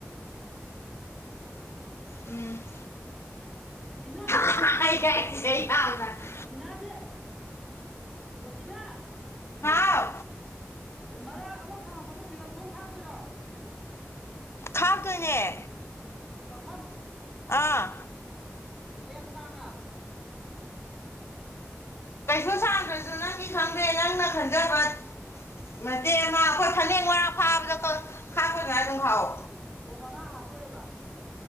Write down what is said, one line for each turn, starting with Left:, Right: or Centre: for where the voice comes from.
Left: ꯎꯝ
Centre: ꯇꯤꯅꯥ
Left: ꯀꯥꯏ
Centre: ꯇꯤꯅꯥꯖꯦ ꯇꯤꯅꯥ
Left: ꯍꯥꯎ
Centre: ꯃꯔꯥꯛ ꯑꯃ ꯐꯪꯉꯛꯄꯗꯣ ꯐꯤꯒꯛ ꯊꯣꯡ ꯍꯥꯥꯞꯇꯣꯏꯔꯣ
Left: ꯍꯥꯞꯗꯣꯏꯅꯦ
Centre: ꯀꯛꯐꯝ
Left: ꯑꯥ
Centre: ꯀꯌꯥꯝ ꯁꯥꯡꯅ
Left: ꯀꯩꯁꯨ ꯁꯥꯡꯗ꯭ꯔꯁꯨ ꯅꯪꯒꯤ ꯈꯪꯗꯦ ꯅꯪꯅ ꯈꯟꯖꯕ ꯃꯇꯦꯛ ꯑꯃ ꯑꯩꯈꯣꯏ ꯐꯅꯦꯛ ꯃꯔꯥꯛ ꯐꯥꯕꯗ ꯀꯛ ꯈꯥꯛꯄ ꯑꯗꯨꯃꯥꯏꯅ ꯑꯗꯨꯝ ꯈꯥꯛꯑꯣ
Centre: ꯑꯣ ꯃꯅꯥ ꯍꯥꯞꯄꯣꯏꯕ